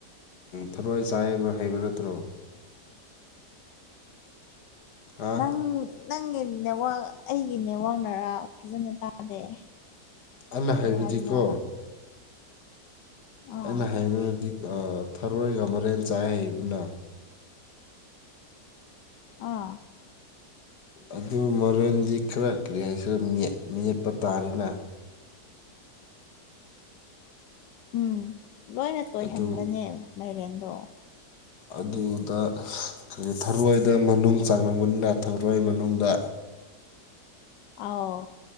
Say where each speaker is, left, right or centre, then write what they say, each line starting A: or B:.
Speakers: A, on the left; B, on the left.
A: ꯊꯔꯣꯏꯏ ꯆꯥꯏꯕ ꯍꯩꯕ ꯅꯠꯇ꯭ꯔꯣ ꯍꯥ
B: ꯅꯪ ꯅꯪꯒꯤ ꯅꯋꯥꯛ ꯑꯩꯒꯤ ꯅꯦꯠꯋꯥꯛꯅꯔꯥ ꯐꯖꯅ ꯇꯥꯗꯦ
A: ꯑꯂ ꯍꯥꯏꯕꯗꯤꯀꯣ
B: ꯀꯔꯤ ꯍꯥꯏꯕꯅꯣ ꯑꯥ
A: ꯑꯩꯅ ꯍꯕꯗꯗꯤ ꯊꯔꯣꯏꯒ ꯃꯔꯦꯟ ꯆꯥꯏ ꯍꯩꯕꯅ
B: ꯑꯥ
A: ꯑꯗꯨ ꯃꯔꯦꯟꯗꯤ ꯈꯔ ꯀꯔꯤ ꯍꯥꯏꯁꯤꯔꯠ ꯃꯦꯠꯄ ꯇꯥꯔꯦꯅ
B: ꯎꯝ ꯂꯣꯏꯅ ꯇꯣꯏꯍꯟꯕꯅꯦꯕ
A: ꯑꯗꯨ
B: ꯃꯥꯏꯔꯦꯟꯗꯣ
A: ꯑꯗꯨꯗ ꯀꯔꯤ ꯊꯔꯣꯏꯗ ꯃꯅꯨꯡ ꯆꯥꯡꯂꯝꯕꯅꯤꯅ ꯊꯔꯣꯏ ꯃꯅꯨꯡꯗ
B: ꯑꯥꯎ